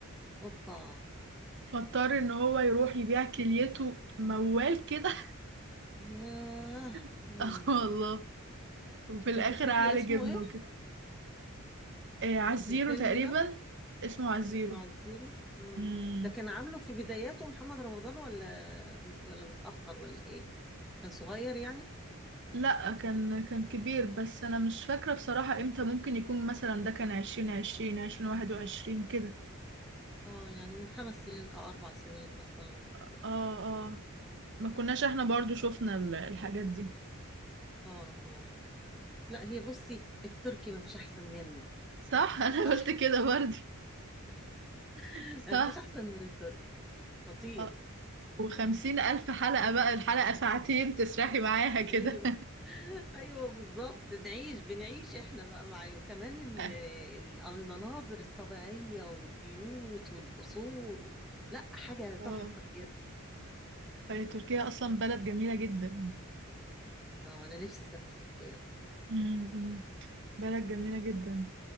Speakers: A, in the centre; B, on the right.
A: اوبا
B: فاضطر ان هو يروح يبيع كليته موال كده
A: ياه
B: <laughs>
A: مم.
B: اه والله وفي
A: ده
B: الاخر
A: تفتكري
B: عالج
A: اسمه
B: ابنه
A: ايه؟
B: كده آه، عزيرو
A: الفيلم
B: تقريبا
A: ده
B: اسمه عزيرو
A: اسمه على الزيرو مم.
B: مم.
A: ده كان عامله في بداياته محمد رمضان ولا ولا متأخر ولا ايه كان صغير يعني
B: لا كان كان كبير بس انا مش فاكرة بصراحة امتى ممكن يكون مثلا ده كان عشرين عشرين عشرين واحد وعشرين كده
A: اه يعني من خمس سنين او اربع سنين مثلا
B: اه
A: كده
B: اه ما كناش احنا برضو شفنا ال- الحاجات دي
A: اه اه لا هي بصي التركي ما فيش احسن منه
B: صح <laughs> انا
A: صح
B: قلت كده برضه
A: <laughs>
B: صح
A: ما فيش احسن من التركي خطير
B: آه. وخمسين الف حلقة بقى الحلقة ساعتين تسرحي معاها كده
A: ايوه <laughs> ايوه بالظبط نعيش بنعيش احنا بقى معاه وكمان ال-
B: <laughs>
A: ال- المناظر الطبيعية والبيوت والقصور لا حاجة تحفة
B: اه
A: جدا
B: فهي تركيا اصلا بلد جميلة جدا
A: اه انا نفسي اسافر تركيا والله.
B: امم بلد جميلة جدا